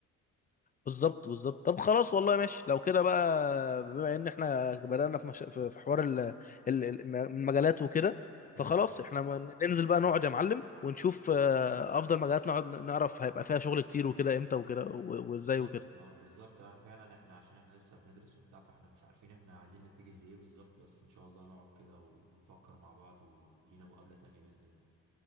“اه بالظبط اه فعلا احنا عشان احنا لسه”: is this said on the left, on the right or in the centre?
Right